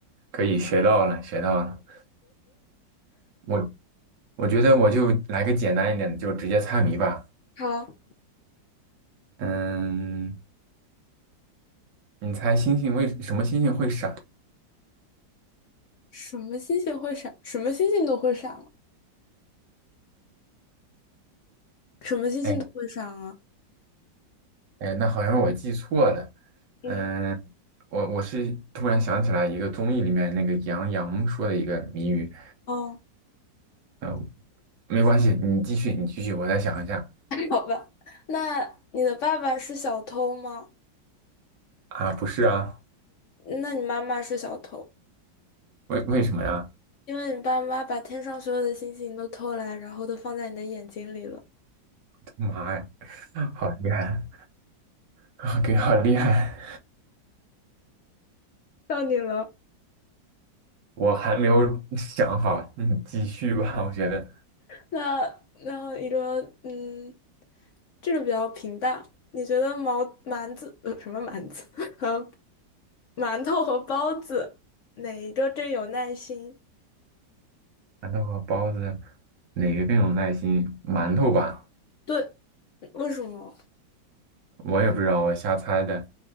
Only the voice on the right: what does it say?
可以，学到了学到了。我。我觉得我就来个简单一点的，就直接猜谜吧。
嗯，你猜星星为什么星星会闪？
哎哎，那好像是我记错了。
嗯，我我是突然想起来一个综艺里面那个杨洋说的一个谜语。
嗯，没关系，你继续，你继续，我再想一下。
啊，不是啊，
为为什么呀？
妈呀，好厉害，<laughs> 给好厉害！
我还没有想好，你继续吧，我觉得。
馒头和包子哪个更有耐心？馒头吧，
我也不知道，我瞎猜的。